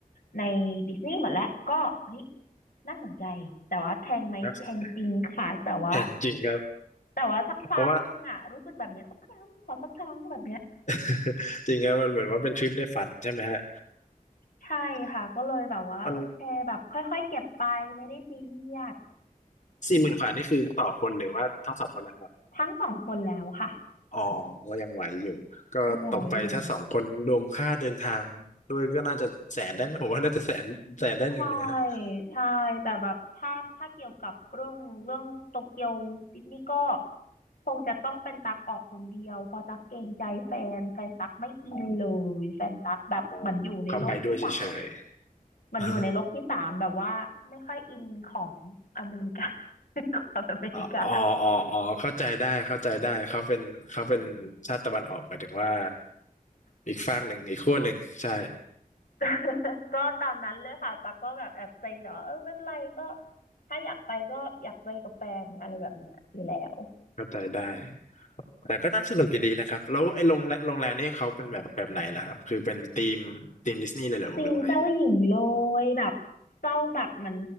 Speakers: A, on the left; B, on the left.
A: ในดิสนีย์หมดแล้วก็เฮ้ยน่าสนใจแต่ว่าแพงไหมแพงจริงค่ะแต่ว่า
B: น่าสนใจแพงจริงครับ
A: แต่ว่าสักครั้งหนึ่งอ่ะรู้สึกแบบเนี้ยสักครั้งขอสักครั้งแบบเนี้ย
B: เพราะว่า <laughs> จริงครับมันเหมือนว่าเป็นทริปในฝันใช่ไหมฮะ
A: ใช่ค่ะก็เลยแบบว่าโอเคแบบค่อยๆเก็บไปไม่ได้ซีเรียส
B: ใช่มัน สี่หมื่นกว่านี่คือต่อคนหรือว่าทั้งสองคนนะครับ
A: ทั้งสองคนแล้วค่ะ
B: อ๋อก็ยังไหวอยู่ก็ตกไปถ้าสองคนรวมค่าเดินทางด้วยก็น่าจะแสนได้ไหมผมว่าน่าจะแสนแสนได้หนึ่งอยู่นะฮะ
A: ยังไหวอยู่ใช่ใช่แต่แบบถ้าถ้าเกี่ยวกับเรื่องเรื่องโตเกียวดิสนีย์ก็คงจะต้องเป็นตักออกคนเดียวเพราะตักเกรงใจแฟนแฟนตักไม่อินเลยแฟนตักแบบเหมือนอยู่ในโลกที่สาม
B: อ๋ออ๋อเขาไปด้วยเฉยๆอ๋
A: เหมือนอยู่ในโลกที่สามแบบว่าไม่ค่อยอินของอเมริกา <laughs> ความอเมริกา
B: ออ๋ออ๋ออ๋อเข้าใจได้เข้าใจได้เขาเป็นเขาเป็นชาติตะวันออกหมายถึงว่าอีกฝากหนึ่งอีกขั้วหนึ่งใช่
A: <laughs> ก็ตามนั้นเลยค่ะตั๊กก็แบบแอบเซ็งแต่ว่าเออไม่เป็นไรก็ถ้าอยากไปก็อยากไปกับแฟนอะไรแบบเนี้ยอยู่แล้ว
B: เข้าใจได้แต่ก็น่าสนุกอยู่ดีนะครับแล้วไอ้โรงแรมโรงแรมนี่เขาเป็นแบบแบบไหนล่ะครับคือเป็นธีมธีมดิสนีย์เลยเหรอหรือว่าไง
A: ธีมเจ้าหญิงเลยแบบเจ้าแบบเหมัน